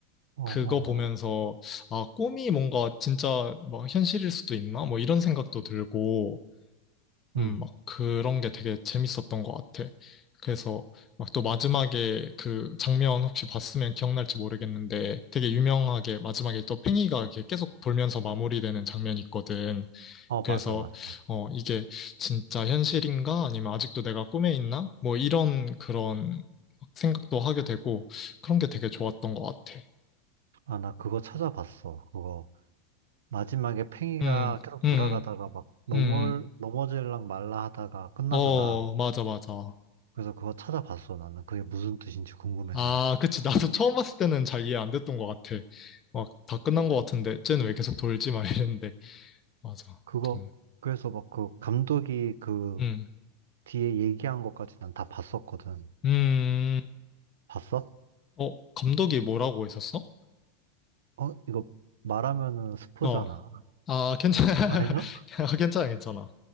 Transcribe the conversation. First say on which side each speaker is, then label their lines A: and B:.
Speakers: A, on the right; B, on the left.
A: 어,
B: 그거
A: 어.
B: 보면서, 아, 꿈이 뭔가 진짜 막 현실일 수도 있나? 뭐 이런 생각도 들고,
A: 응.
B: 음, 막 그런 게 되게 재밌었던 것 같아. 그래서 막 또 마지막에 그 장면 혹시 봤으면 기억날지 모르겠는데 되게 유명하게 마지막에 또 팽이가 이렇게 계속 돌면서 마무리되는 장면이 있거든.
A: 어,
B: 그래서
A: 맞아, 맞아.
B: 어, 이게 진짜 현실인가? 아니면 아직도 내가 꿈에 있나? 뭐 이런 그런 생각도 하게 되고 그런 게 되게 좋았던 것 같아.
A: 아, 나 그거 찾아봤어. 그거 마지막에 팽이가
B: 음,
A: 계속
B: 음,
A: 돌아가다가 막 넘어,
B: 음.
A: 넘어질랑 말라 하다가 끝나잖아.
B: 어, 맞아, 맞아.
A: 그래서 그거 찾아봤어. 나는 그게 무슨 뜻인지 궁금해서.
B: 아, 그치. 나도 처음 봤을 때는 잘 이해 안 됐던 것 같아. 막, 다 끝난 것 같은데, 쟤는 왜 계속 돌지? 막 이랬는데. 맞아.
A: 그거
B: 또,
A: 그래서 막 그 감독이 그
B: 음,
A: 뒤에 얘기한 것까지 난 다 봤었거든.
B: 음,
A: 봤어?
B: 어, 감독이 뭐라고 했었어?
A: 어, 이거 말하면은 스포잖아.
B: 어, 아, 괜찮아. <laughs>
A: 말해줘?
B: 아, 괜찮아, 괜찮아.